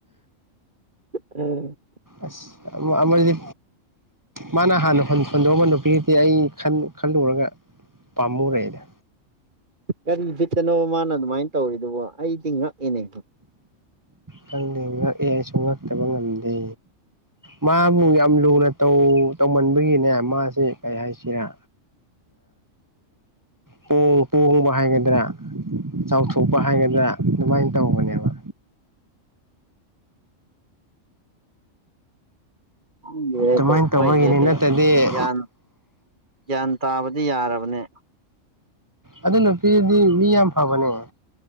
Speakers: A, on the right; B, on the right.
A: ꯎꯝ
B: ꯑꯁ ꯑꯃꯗꯤꯗꯤ ꯃꯥꯅ ꯍꯥꯟꯅ ꯍꯨꯟꯗꯣꯛꯑꯃꯕ ꯅꯨꯄꯤꯗꯨꯗꯤ ꯑꯩ ꯈꯜꯂꯨꯔꯒ ꯄꯥꯝꯃꯨꯔꯦꯗ
A: ꯀꯔꯤ ꯕꯤꯠꯇꯅꯣ ꯃꯥꯅ ꯑꯗꯨꯃꯥꯏꯅ ꯇꯧꯔꯤꯗꯨꯕ ꯑꯩꯗꯤ ꯉꯛꯏꯅꯦ
B: ꯈꯪꯗꯦ ꯉꯛꯑꯦ ꯑꯩꯁꯨ ꯉꯛꯇꯕ ꯉꯝꯗꯦ ꯃꯥꯕꯨ ꯌꯥꯝ ꯂꯨꯅ ꯇꯧꯃꯟꯕꯒꯤꯅꯦ ꯃꯥꯁꯦ ꯀꯩ ꯍꯥꯏꯁꯤ ꯏꯆꯔꯥ ꯇꯣꯡ ꯇꯣꯡꯣꯡꯕ ꯍꯥꯏꯥꯏꯒꯗꯔꯥ ꯆꯥꯎꯊꯣꯛꯄ ꯍꯥꯏꯒꯗ꯭ꯔꯥ ꯑꯗꯨꯃꯥꯏꯅ ꯇꯧꯕꯅꯦꯕ
A: ꯑꯣꯏꯣꯏꯁ
B: ꯑꯗꯨꯃꯥꯏꯅ ꯇꯧꯕꯒꯤꯅꯤ ꯅꯠꯇꯗꯤ
A: ꯟ ꯟ ꯇꯥꯕꯗꯤ ꯌꯥꯔꯕꯅꯦ
B: ꯑꯗꯨ ꯅꯨꯄꯤꯗꯨꯗꯤ ꯃꯤ ꯌꯥꯝ ꯐꯕꯅꯦ